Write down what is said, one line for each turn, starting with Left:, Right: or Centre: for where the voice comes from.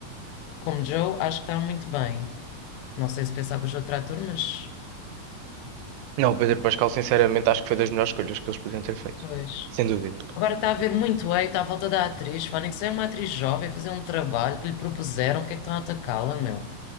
Left: como Joe, acho que está muito bem. Não sei se pensavas outro ator, mas
Right: Não, o Pedro Pascal, sinceramente, acho que foi das melhores escolhas que eles podiam ter feito,
Left: pois.
Right: sem dúvida.
Left: Agora está a haver muito hate à volta da atriz. Pá, nem que seja uma atriz jovem fazer um trabalho que lhe propuseram, porque é que estão a atacá-la, meu?